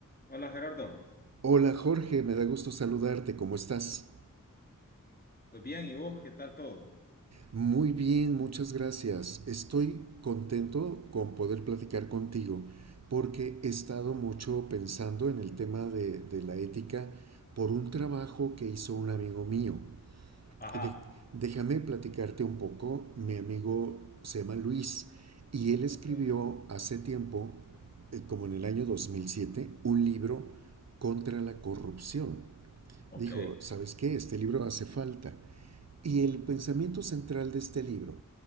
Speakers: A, on the left; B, on the right.
A: Hola Gerardo,
B: Hola Jorge, me da gusto saludarte, ¿cómo estás?
A: pues bien, ¿y vos qué tal todo?
B: Muy bien, muchas gracias. Estoy contento con poder platicar contigo porque he estado mucho pensando en el tema de, de la ética por un trabajo que hizo un amigo mío.
A: Ajá,
B: De- déjame platicarte un poco, mi amigo se llama Luis y él escribió
A: ok,
B: hace tiempo, eh, como en el año 2007, un libro contra la corrupción.
A: ok,
B: Dijo, ¿sabes qué? Este libro hace falta. Y el pensamiento central de este libro